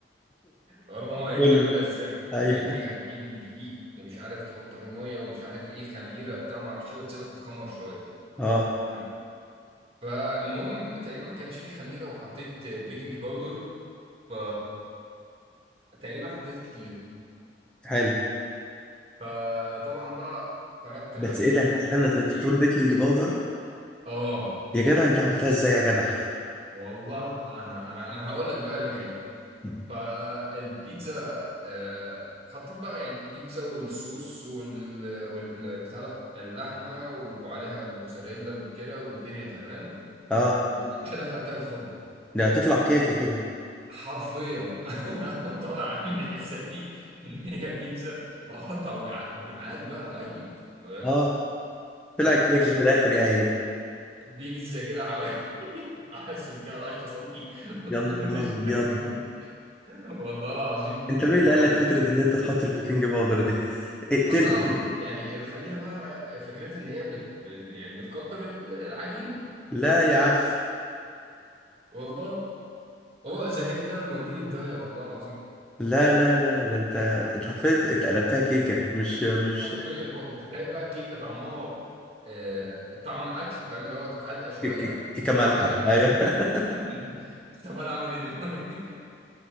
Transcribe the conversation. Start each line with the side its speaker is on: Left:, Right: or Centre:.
Right: اول ما ماما قالت
Centre: قول
Right: لي اعملها
Centre: لي
Right: ازاي
Centre: ايوه
Right: قالت لي هتجيب الدقيق ومش عارف تحط عليه ميه ومش عارف ايه خميره بتاع ما اعرفش ايه وتسيبها تتخمر شويه
Centre: اه
Right: تمام فالمهم تقريبا ما كانش فيه خميره وحطيت بيكنج باودر ف تقريبا حطيت كتير
Centre: حلو
Right: فطبعا بقى فردت
Centre: بس
Right: العجينه
Centre: ايه ده
Right: ومش
Centre: استنى
Right: عارف
Centre: انت بتقول
Right: ايه و...
Centre: بيكنج باودر
Right: اه
Centre: يا جدع انت عملتها ازاي يا جدع
Right: والله لا- انا انا ما انا هقول لك بقى اللي جاي
Centre: <laughs>
Right: فالبيتزا آه حطيت بقى يعني بيتزا والصوص وال, وال... بتاع ده، اللحمه وعليها موتزاريلا كده والدنيا تمام
Centre: اه
Right: ومش دخلتها الفرن
Centre: ده هتطلع كيكه كده
Right: حرفيا <laughs> انا طالع عامل حسابي ان هي بيتزا وهطلع وجع- وجعان بقى ميت تمام
Centre: اه طلعت
Right: لقيت يا
Centre: كيكه
Right: باشا
Centre: في الاخر يا عيني
Right: بيتزا كده حوالي <laughs> عايزهم كده 10 سنتي <laughs>
Centre: يا
Right: وانا
Centre: نهار
Right: مش
Centre: ابيض
Right: عارف اعمل إيه. والله العظيم كنت
Centre: انت مين
Right: ميت
Centre: اللي قال لك فكره
Right: ضحك.
Centre: ان انت تحط البيكنج باودر دي <laughs> اقتله
Right: اصل انا قلت يعني الخميره بقى فكرتها ان هي بت... بت- يعني بتكتر ال- العجين
Centre: لا يا عم
Right: والله هو الذكاء ده اللي موديني في داهيه والله العظيم
Centre: لا لا لا ده انت انت حرفيا اتقلبتها كيكه مش مش
Right: حرفيا بقى وتخيل بقى الكيكه طعمها آه، طعم اكل فاهم اللي هو حادقه شويه
Centre: ك- ك- كيكه
Right: وعليها
Centre: مالحه
Right: بقى الحشو
Centre: ايوه <laughs>
Right: <laughs> طب انا اعمل ايه دلوقتي